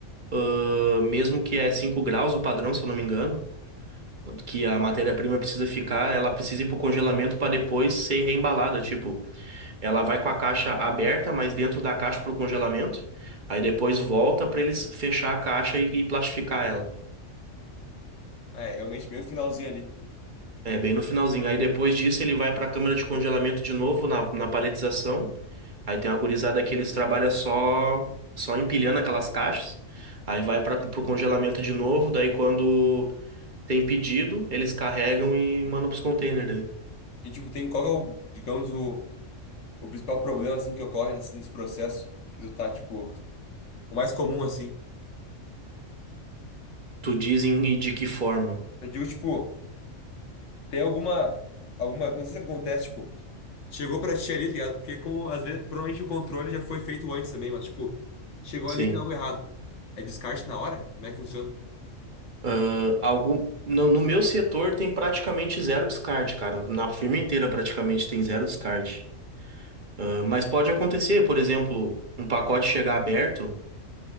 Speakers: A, on the right; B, on the left.
A: ãh, mesmo que é 5 graus o padrão, se eu não me engano, que a matéria-prima precisa ficar, ela precisa ir para o congelamento para depois ser reembalada. Tipo, ela vai com a caixa aberta, mas dentro da caixa para o congelamento, aí depois volta para eles fechar a caixa e, e plastificar ela.
B: Ah, é realmente bem o finalzinho ali.
A: É, bem no finalzinho. Aí depois disso ele vai para a câmara de congelamento de novo, na, na paletização. Aí tem uma gurizada que eles trabalham só só empilhando aquelas caixas. Aí vai para pro congelamento de novo, daí quando tem pedido, eles carregam e mandam pros containers daí.
B: E tipo, tem qual que é o, digamos, o. o principal problema, assim, que ocorre nesse, nesse processo? Que tu tá, tipo, o mais comum, assim.
A: Tu dizem e de que forma?
B: Eu digo, tipo, tem alguma, alguma, não sei se acontece, tipo, chegou pra ti ali, tá ligado? Porque como, às vezes, provavelmente o controle já foi feito antes também, mas, tipo, chegou
A: Sim.
B: ali, tem algo errado. É descarte na hora? Como é que funciona?
A: Ah, algum no, no meu setor tem praticamente zero descarte, cara. Na firma inteira praticamente tem zero descarte. Ah, mas pode acontecer, por exemplo, um pacote chegar aberto,